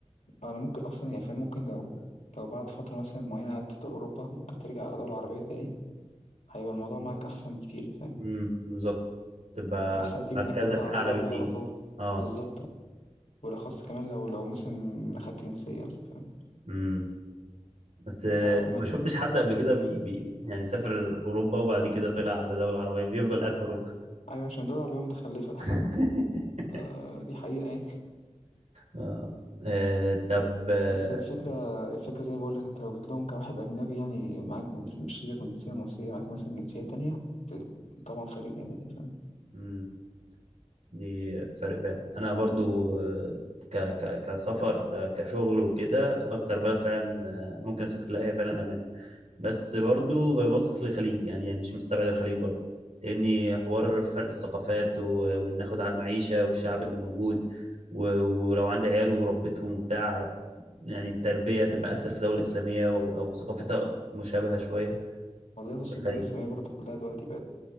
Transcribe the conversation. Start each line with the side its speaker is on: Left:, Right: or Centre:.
Left: أو أنا ممكن أصلا يعني فاهم ممكن لو لو بعد فترة مثلا معينة قعدت في دول أوروبا ممكن ترجع على دولة عربية تاني هيبقى الموضوع معاك أحسن بكتير فاهم
Right: امم بالظبط تبقى
Left: يعني أحسن بكتير
Right: مركزك
Left: من إنك تطلع على
Right: اعلى
Left: دولة
Right: بكتير
Left: عربية على طول
Right: اه
Left: بالظبط وبالأخص كمان لو لو مثلا أخدت جنسية مثلا فاهم
Right: امم بس
Left: بيبقى
Right: آه،
Left: مجموع
Right: ما شفتش حد قبل كده بي بي يعني سافر اوروبا وبعد كده طلع على دوله عربيه بيفضل قاعد في اوروبا
Left: أيوة عشان الدول العربية متخلفة
Right: <laughs>
Left: <laughs> آه، دي حقيقة يعني.
Right: اه آه، طب آه،
Left: بس الفكرة الفكرة زي ما بقول لك انت لو جيت لهم كواحد أجنبي يعني معاك مش مش سيبك من جنسية مصرية معاك مثلا جنسية تانية بت- طبعا فرق جامد يعني فاهم
Right: مم. دي فرق فعلا انا برضو آه، ك ك كسفر آه، كشغل وكده اكتر بلد فعلا آه، ممكن اسافر لها هي فعلا المانيا بس برضو آه، باصص للخليج يعني يعني مش مستبعد الخليج برضو لاني حوار فرق الثقافات و- وان اخد على المعيشه والشعب اللي موجود و- ولو عندي عيال وربيتهم وبتاع يعني التربيه هتبقى اسهل في دوله اسلاميه و- او ثقافتها مشابهه شويه
Left: والله بص
Right: في الخليج
Left: الدول الإسلامية برضه كلها دلوقتي بقت